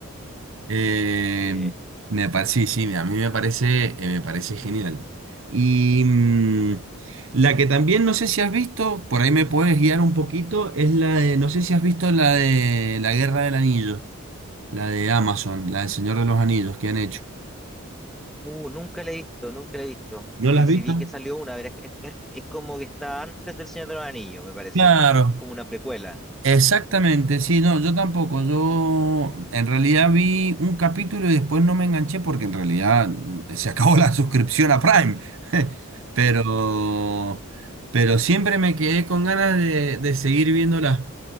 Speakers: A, on the right (about 60°); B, in the centre.
A: Eh,
B: Sí.
A: me parece, sí, sí, a mí me parece, eh, me parece genial. Y mm, la que también no sé si has visto, por ahí me puedes guiar un poquito, es la de, no sé si has visto la de La Guerra del Anillo, la de Amazon, la del Señor de los Anillos que han hecho.
B: Uh, nunca la he visto, nunca la he visto.
A: ¿No la
B: Sí,
A: has visto?
B: sí vi que salió una, pero es, es- es como que está antes del Señor de los Anillos, me parece.
A: Claro.
B: Como una precuela.
A: Exactamente, sí, no, yo tampoco. Yo en realidad vi un capítulo y después no me enganché porque en realidad mm, se acabó la <laughs> suscripción a Prime. <laughs> Pero,
B: He
A: pero siempre me quedé con ganas de, de seguir viéndola.